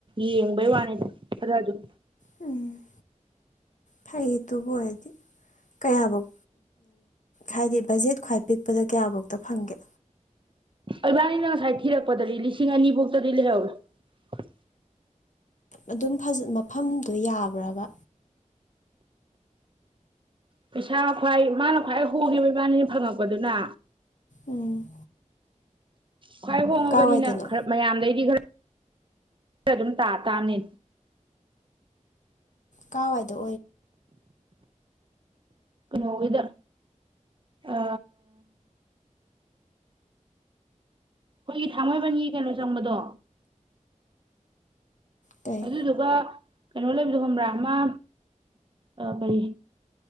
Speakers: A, on the right; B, on the left.
A: ꯌꯦꯡꯕꯩ ꯋꯥꯅꯤꯗ ꯈꯔ ꯑꯗꯨꯝ
B: ꯎꯝ ꯐꯩ ꯇꯕꯨ ꯑꯣꯏꯔꯗꯤ ꯀꯌꯥꯐꯧ ꯍꯥꯏꯗꯤ ꯕꯖꯦꯠ ꯈ꯭ꯋꯥꯏ ꯄꯤꯛꯄꯗ ꯀꯌꯥꯐꯧꯗ ꯐꯪꯒꯦ
A: ꯏꯕꯥꯅꯤꯅ ꯉꯁꯥꯏ ꯊꯤꯔꯛꯄꯗꯗꯤ ꯂꯤꯁꯤꯡ ꯑꯅꯤ ꯐꯧꯇꯗꯤ ꯂꯩꯍꯧꯒꯦ
B: ꯑꯗꯨꯝ ꯃꯐꯝꯗꯣ ꯌꯥꯕ꯭ꯔꯕ
A: ꯄꯩꯁꯥ ꯈ꯭ꯋꯥꯏ ꯃꯥꯅ ꯈ꯭ꯋꯥꯏ ꯍꯨꯈꯤꯕꯕ ꯏꯃꯥꯅꯤꯅ ꯐꯪꯉꯛꯄꯗꯨꯅ
B: ꯎꯝ
A: ꯈ꯭ꯋꯥꯏ ꯍꯣꯡꯉꯕꯅꯤꯅ
B: ꯀꯥꯏꯋꯥꯏꯗꯅꯣ
A: ꯈꯔ ꯃꯌꯥꯝꯗꯩꯗꯤ ꯈꯔ ꯁꯤ ꯑꯗꯨꯝ ꯇꯥ ꯇꯥꯅꯤ
B: ꯀꯥꯏꯋꯥꯏꯗꯣ
A: ꯅꯣꯋꯗ ꯑ ꯑꯩꯈꯣꯏꯒꯤ ꯊꯥꯡꯃꯩꯕꯟꯒꯤ ꯀꯩꯅꯣ ꯆꯪꯕꯗꯣ
B: ꯀꯩ
A: ꯑꯗꯨꯗꯨꯕ ꯀꯩꯅꯣ ꯂꯩꯕꯗꯣ ꯈꯣꯕ꯭ꯔꯥ ꯑꯃ ꯀꯔꯤ